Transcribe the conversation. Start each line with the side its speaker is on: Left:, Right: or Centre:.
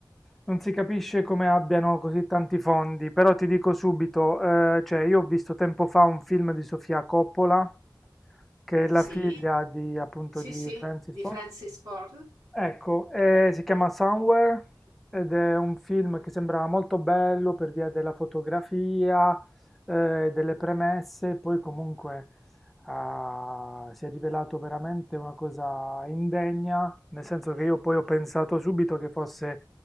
Centre: non si capisce come abbiano così tanti fondi, però ti dico subito, eh, cioè io ho visto tempo fa un film di Sofia Coppola, che è la
Right: Sì,
Centre: figlia di appunto
Right: sì,
Centre: di
Right: sì,
Centre: Francis
Right: di
Centre: Ford.
Right: Francis Ford.
Centre: Ecco, eh, si chiama Somewhere ed è un film che sembrava molto bello per via della fotografia, eh, delle premesse, poi comunque ah, si è rivelato veramente una cosa indegna, nel senso che io poi ho pensato subito che fosse,